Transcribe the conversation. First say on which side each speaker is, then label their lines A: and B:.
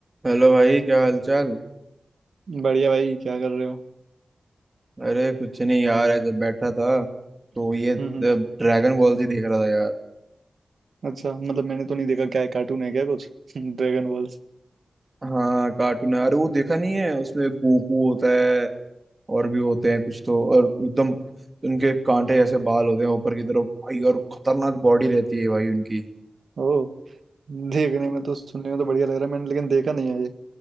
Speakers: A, on the right; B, on the right.
A: Hello भाई क्या हाल चाल
B: बढ़िया भाई क्या कर रहे हो
A: अरे कुछ नहीं यार ऐसे बैठा था तो ये
B: हम्म हम्म
A: ड्रैगन बॉल जी देख रहा था यार
B: अच्छा मतलब मैंने तो नहीं देखा क्या है कार्टून है क्या कुछ <laughs> Dragon balls
A: हाँ कार्टून है अरे वो देखा नहीं है उसमें गोकू होता है और भी होते हैं कुछ तो और एकदम उनके कांटे जैसे बाल होते हैं ऊपर की तरफ भाई और खतरनाक बॉडी रहती है भाई उनकी
B: ओ देखने में तो सुनने में तो बढ़िया लग रहा है मैंने लेकिन देखा नहीं है ये